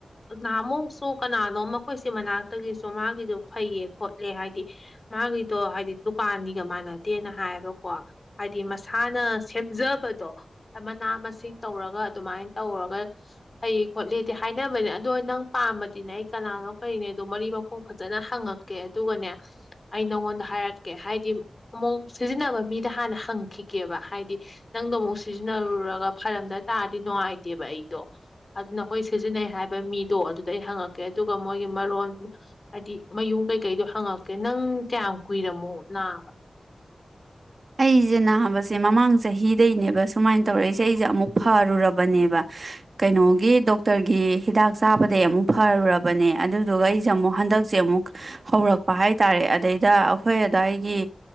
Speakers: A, on the left; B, on the right.
A: ꯅꯍꯥꯃꯨꯛꯁꯨ ꯀꯅꯥꯅꯣ ꯃꯈꯣꯏꯁꯦ ꯃꯅꯥꯛꯇꯒꯤꯁꯨ ꯃꯥꯒꯤꯗꯣ ꯐꯩꯌꯦ ꯈꯣꯠꯂꯦ ꯍꯥꯏꯗꯤ ꯃꯥꯒꯤꯗꯣ ꯍꯥꯏꯗꯤ ꯗꯨꯀꯥꯟꯒꯤꯒ ꯃꯥꯟꯅꯗꯦꯅ ꯍꯥꯏꯕꯀꯣ ꯍꯥꯏꯗꯤ ꯃꯁꯥꯅ ꯁꯦꯝꯖꯕꯗꯣ ꯃꯅꯥ ꯃꯁꯤꯡ ꯇꯧꯔꯒ ꯑꯗꯨꯃꯥꯏꯅ ꯇꯧꯔꯒ ꯐꯩ ꯈꯣꯠꯂꯤꯦꯗꯤ ꯍꯥꯏꯅꯕꯅꯦ ꯑꯗꯣ ꯅꯪ ꯄꯥꯃꯗꯤꯅꯦ ꯑꯩ ꯀꯅꯥꯅꯣ ꯀꯔꯤꯅꯦ ꯑꯗꯣ ꯃꯔꯤ ꯃꯈꯣꯡ ꯐꯖꯅ ꯍꯪꯉꯛꯀꯦ ꯑꯗꯨꯒꯅꯦ ꯑꯩ ꯅꯪꯉꯣꯟꯗ ꯍꯥꯏꯔꯛꯀꯦ ꯍꯥꯏꯗꯤ ꯑꯃ ꯁꯤꯖꯤꯟꯅꯕ ꯃꯤꯗ ꯍꯥꯟꯅ ꯍꯪꯈꯤꯒꯦꯕ ꯍꯥꯏꯗꯤ ꯅꯪꯗꯣ ꯑꯃꯨꯛ ꯁꯤꯖꯤꯟꯅꯔꯨꯔꯒ ꯐꯔꯝꯗ ꯇꯥꯔꯗꯤ ꯅꯨꯡꯉꯥꯏꯇꯦꯕ ꯑꯩꯗꯣ ꯑꯗꯨꯅ ꯍꯈꯣꯏ ꯁꯤꯖꯤꯟꯅꯩ ꯍꯥꯏꯕ ꯃꯤꯗꯣ ꯑꯗꯨꯗ ꯑꯩ ꯍꯪꯉꯛꯀꯦ ꯑꯗꯨꯒ ꯃꯣꯏꯒꯤ ꯃꯔꯣꯟ ꯍꯥꯏꯗꯤ ꯃꯌꯨꯝ ꯀꯩꯀꯩꯗꯣ ꯍꯪꯉꯛꯀꯦ ꯅꯪ ꯀꯌꯥꯝ ꯀꯨꯏꯔꯝꯃꯣ ꯅꯥꯕ
B: ꯑꯩꯁꯦ ꯅꯥꯕꯁꯦ ꯃꯃꯥꯡ ꯆꯍꯤꯗꯩꯅꯦꯕ ꯁꯨꯃꯥꯏꯅ ꯇꯧꯔꯛꯏꯁꯦ ꯑꯩꯁꯦ ꯑꯃꯨꯛ ꯐꯔꯨꯔꯕꯅꯦꯕ ꯀꯩꯅꯣꯒꯤ ꯗꯣꯛꯇꯔꯒꯤ ꯍꯤꯗꯥꯛ ꯆꯥꯕꯗꯒꯤꯩ ꯑꯃꯨꯛ ꯐꯔꯨꯔꯕꯅꯦ ꯑꯗꯨꯗꯨꯒ ꯑꯩꯁꯦ ꯑꯃꯨꯛ ꯍꯟꯗꯛꯁꯦ ꯑꯃꯨꯛ ꯍꯧꯔꯛꯄ ꯍꯥꯏꯇꯥꯔꯦ ꯑꯗꯩꯗ ꯑꯩꯈꯣꯏ ꯑꯗꯥꯋꯥꯏꯒꯤ